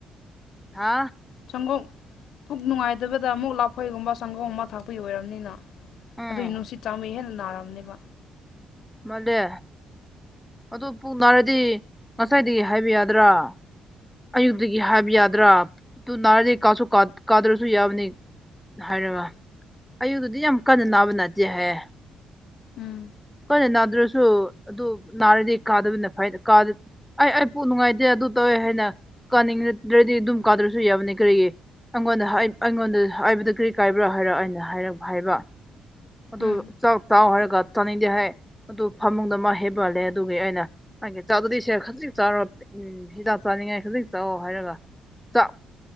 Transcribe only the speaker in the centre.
ꯍꯥ
ꯎꯝ
ꯃꯥꯂꯦ ꯑꯗꯨ ꯄꯨꯡ ꯅꯥꯔꯦ ꯗꯤ ꯉꯁꯥꯏꯗꯒꯤ ꯍꯥꯏꯕ ꯌꯥꯗ꯭ꯔꯥ ꯑꯌꯨꯛꯇꯒꯤ ꯍꯥꯏꯕ ꯌꯥꯗ꯭ꯔꯥ ꯇꯨ ꯅꯥꯔꯗꯤ ꯀꯥꯁꯨ ꯀꯥꯗ꯭ꯔꯁꯨ ꯌꯥꯕꯅꯤ ꯍꯥꯏꯔꯒ ꯑꯌꯨꯛꯇꯗꯤ ꯌꯥꯝ ꯀꯟꯅ ꯅꯥꯕ ꯅꯠꯇꯦꯍꯌꯦ
ꯀꯣꯏꯅ ꯅꯥꯗ꯭ꯔꯁꯨ ꯑꯗꯨ ꯅꯥꯔꯗꯤ ꯀꯥꯗꯕꯅꯤꯅ ꯐ ꯑꯩ ꯑꯩ ꯄ ꯅꯨꯡꯉꯥꯏꯇꯦ ꯑꯗꯨ ꯇꯧꯋꯦ ꯍꯥꯏꯅ ꯀꯥꯅꯤꯡꯗ꯭ꯔꯗꯤ ꯑꯗꯨꯝ ꯀꯥꯗ꯭ꯔꯁꯨ ꯌꯥꯕꯅꯤ ꯀꯔꯤꯒꯤ ꯑꯩꯉꯣꯟꯗ ꯑꯩꯉꯣꯟꯗ ꯍꯥꯏꯕꯗ ꯀꯔꯤ ꯀꯥꯏꯕ꯭ꯔꯥ ꯍꯥꯏꯔ ꯑꯩꯅ ꯍꯥꯏꯔꯞ ꯍꯥꯏꯕ ꯑꯗꯨ
ꯆꯥꯛ ꯆꯥꯎ ꯍꯥꯏꯔꯒ ꯆꯥꯅꯤꯡꯗꯦ ꯍꯥꯏ ꯑꯗꯨ ꯐꯃꯨꯡꯗ ꯃꯥ ꯍꯦꯕꯜꯂꯦ ꯑꯗꯨꯒꯤ ꯑꯩꯅꯒꯤ ꯆꯥꯗꯨꯗꯤꯁꯦ ꯈꯖꯤꯛ ꯆꯥꯔ ꯎꯝ ꯍꯤꯗꯥꯛ ꯆꯥꯅꯤꯡꯉꯥꯏ ꯈꯖꯤꯛ ꯆꯥꯛꯑꯣ ꯍꯥꯏꯔꯒ ꯆꯥꯛ